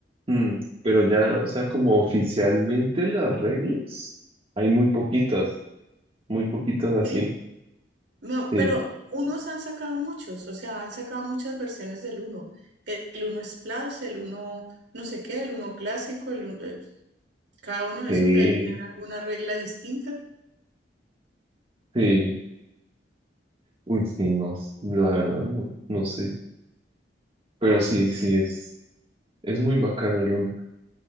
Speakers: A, on the right; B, on the right.
A: mm, pero ya, o sea, como oficialmente las reglas, hay muy poquitas, muy poquitas así,
B: ¿Sí? No,
A: sí,
B: pero unos han sacado muchos, o sea, han sacado muchas versiones del uno. El, el uno Splash, el uno no sé qué, el uno clásico, el uno- eh, cada uno de
A: sí,
B: esos debe tener alguna regla distinta.
A: sí, uy, sí, no, la verdad no, no sé, pero sí, sí, es, es muy bacano el uno